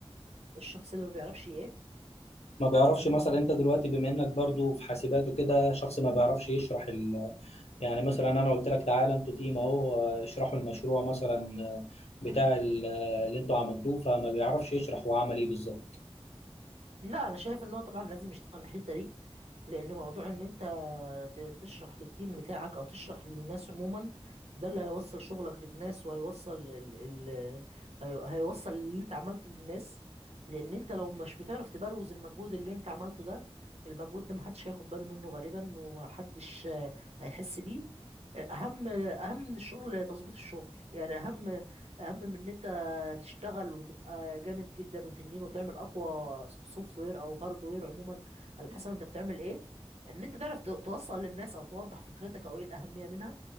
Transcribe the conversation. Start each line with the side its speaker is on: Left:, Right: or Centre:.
Right: الشخص اللي ما بيعرفش ايه
Left: ما بيعرفش مثلا انت دلوقتي بما انك برضو في حاسبات وكده شخص ما بيعرفش يشرح ال... يعني مثلا انا قلت لك تعالى انتوا تيم اهو آه، اشرحوا المشروع مثلا آه، بتاع ال- آه، اللي انتوا عملتوه فما بيعرفش يشرح هو عمل ايه بالظبط
Right: لا انا شايف ان هو طبعا لازم يشتغل على الحته دي لان موضوع ان انت ت- تشرح للتيم بتاعك او تشرح للناس عموما ده اللي هيوصل شغلك للناس وهيوصل ال... ال... هي- هيوصل اللي انت عملته للناس لان انت لو مش بتعرف تبروز المجهود اللي انت عملته ده المجهود ده محدش هياخد باله منه غالبا ومحدش آه، هيحس بيه اهم اهم من الشغل تظبيط الشغل يعني اهم اهم من ان انت تشتغل وتبقى جامد جدا وتنين وتعمل اقوى سوفت وير او هارد وير عموما على حسب انت بتعمل ايه ان انت تعرف تو- توصل للناس او توضح فكرتك او ايه الاهميه منها